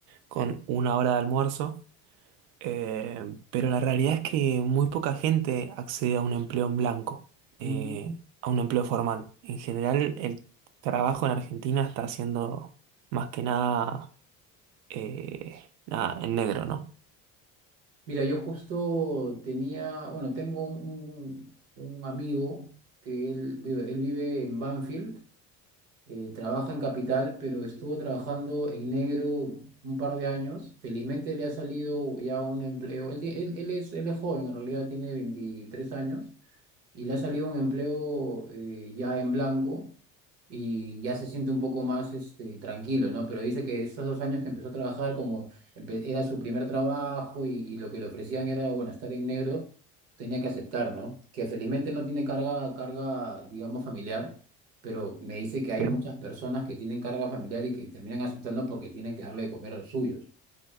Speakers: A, on the right (about 80°); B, on the right (about 45°).
A: con una hora de almuerzo. Eh, pero la realidad es que muy poca gente accede a un empleo en blanco, eh,
B: Mm.
A: a un empleo formal. En general, el trabajo en Argentina está siendo más que nada, eh, nada en negro, ¿no?
B: Mira, yo justo tenía, bueno, tengo un, un un amigo que él vive, él vive en Banfield. eh, trabaja en Capital, pero estuvo trabajando en negro un par de años. Felizmente le ha salido ya un empleo. Él, ti- él, él es, él es joven, en realidad tiene 23 años y le ha salido un empleo eh, ya en blanco y ya se siente un poco más este, tranquilo, ¿no? Pero dice que esos dos años que empezó a trabajar, como empe- era su primer trabajo y, y lo que le ofrecían era, bueno, estar en negro, tenía que aceptar, ¿no? Que felizmente no tiene carga, carga, digamos, familiar, pero me dice que hay
A: Bien.
B: muchas personas que tienen carga familiar y que terminan aceptando porque tienen que darle de comer a los suyos.